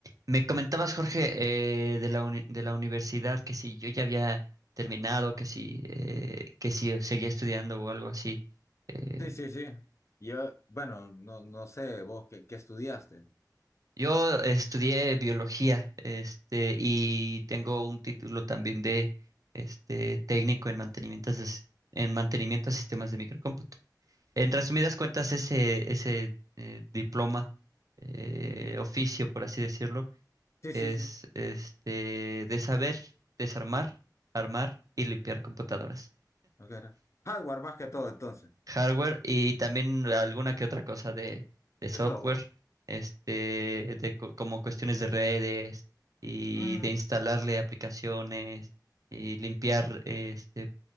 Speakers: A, on the right; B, on the left.
A: Me comentabas, Jorge, eh, de la uni- de la universidad, que si yo ya había terminado, que si, eh, que si seguía estudiando o algo así. Eh,
B: Sí, sí, sí. Yo, bueno, no, no sé, vos qué, qué estudiaste.
A: yo estudié biología, este, y tengo un título también de este, técnico en mantenimiento, de- en mantenimiento de sistemas de microcómputo. En resumidas cuentas, ese, ese eh, diploma, eh, oficio, por así decirlo,
B: Sí,
A: es
B: sí, sí.
A: este de saber desarmar, armar y limpiar computadoras.
B: Ok, era. Hardware más que todo, entonces,
A: Hardware y también alguna que otra cosa de, de
B: de
A: software,
B: software.
A: este, de co- como cuestiones de redes y
B: Ujú,
A: de instalarle aplicaciones y limpiar este